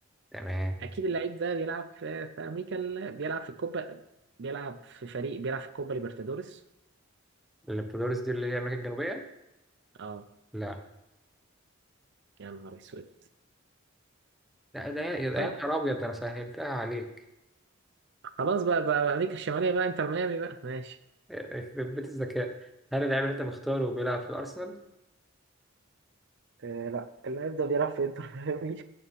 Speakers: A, in the centre; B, on the right.
A: تمام
B: أكيد اللعيب ده بيلعب في في أمريكا ال... بيلعب في الكوبا بيلعب في فريق بيلعب في الكوبا ليبرتادوريس
A: البلوريس دي اللي هي امريكا الجنوبيه
B: أه
A: لا
B: يا نهار أسود
A: لا ده يا
B: طب
A: يا نهار ابيض ده انا سهلتها عليك
B: خلاص بقى, بقى, بقى أمريكا الشمالية بقى إنتر ميامي بقى ماشي
A: <laughs> يخرب بيت الذكاء هل اللاعب اللي انت مختاره بيلعب في الارسنال
B: آه لا اللاعب ده بيلعب في إنتر ميامي